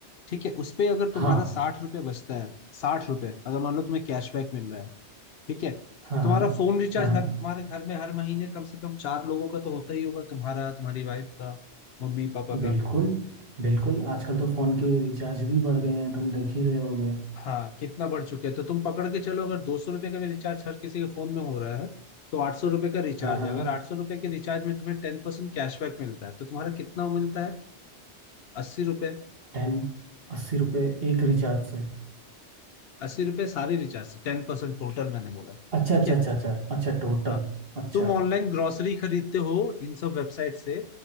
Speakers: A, on the left (about 65°); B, on the right (about 55°).
A: ठीक है उस पे अगर
B: हाँ
A: तुम्हारा साठ रुपए बचता है साठ रुपए अगर मान लो तुम्हें कैशबैक मिल रहा है ठीक है
B: हाँ
A: तुम्हारा
B: हाँ
A: फोन रिचार्ज
B: हाँ हाँ
A: हर तुम्हारे घर में हर महीने कम से कम चार लोगों का तो होता ही होगा तुम्हारा तुम्हारी वाइफ का मम्मी पापा
B: बिल्कुल
A: का
B: बिल्कुल आजकल तो फ़ोन के रिचार्ज भी बढ़ गए हैं तुम देख ही रहे होगे
A: हाँ कितना बढ़ चुके हैं तो तुम पकड़ के चलो अगर दो सौ रुपए का भी रिचार्ज हर किसी के फोन में हो रहा है तो आठ सौ रुपए का रिचार्ज
B: हाँ हाँ
A: है अगर आठ सौ रुपए के रिचार्ज में तुम्हें टेन परसेंट कैशबैक मिलता है तो तुम्हारा कितना मिलता है अस्सी रुपए
B: टेन अस्सी रुपये एक रिचार्ज से
A: अस्सी रुपए सारे रिचार्ज से टेन परसेंट टोटल मैंने बोला
B: अच्छा
A: ठीक
B: अच्छा अच्छा अच्छा अच्छा टोटल
A: है
B: अच्छा
A: तुम ऑनलाइन ग्रोसरी खरीदते हो इन सब वेबसाइट से